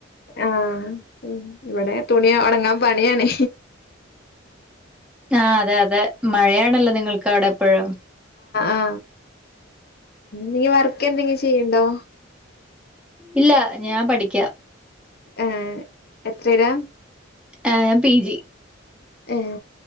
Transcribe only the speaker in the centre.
ആ അതെ അ തെ മഴയാണല്ലോ നിങ്ങൾക്ക് അവിടെ എപ്പോഴും
ഇല്ല ഞാൻ പഠിക്ക
ഏ പിജി